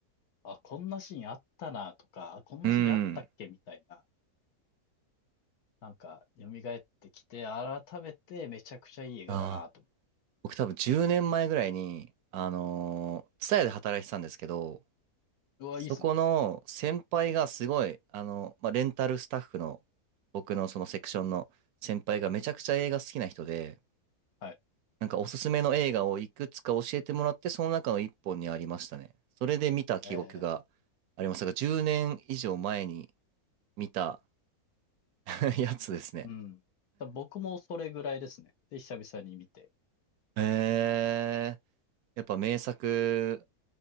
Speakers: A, on the left; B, on the right.
A: あ、こんなシーンあったなとか、あこんなシーンあったっけみたいな、
B: うん。
A: なんか、蘇ってきて、改めてめちゃくちゃいい映画だなと。
B: ああ、僕多分10年前ぐらいに、あのー、ツタヤで働いてたんですけど、
A: うわ、
B: そこの先輩がすごい、
A: いいですね。
B: あの、まあ、レンタルスタッフの僕のそのセクションの先輩がめちゃくちゃ映画好きな人で、
A: はい。
B: なんかおすすめの映画をいくつか教えてもらって、その中の一本にありましたね。それで見た記憶が
A: え
B: ありますが、10年以上前に見た <laughs> やつですね。
A: ー、うん。だ僕もそれぐらいですね。で、久々に見て。
B: へえ、やっぱ名作